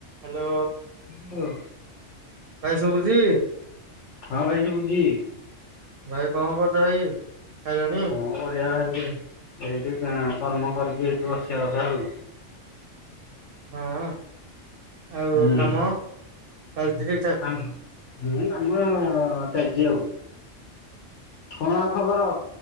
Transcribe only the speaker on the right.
ହାଲୋ।
ଭାଇ ସୁବୁଚି?
ଭାଇ କଣ କରୁଛ ଭାଇ ଖାଇଲଣିି?
ହଁ। ଆଉ
କାମ ଚାଲିଛି ଠିକ ଠାକ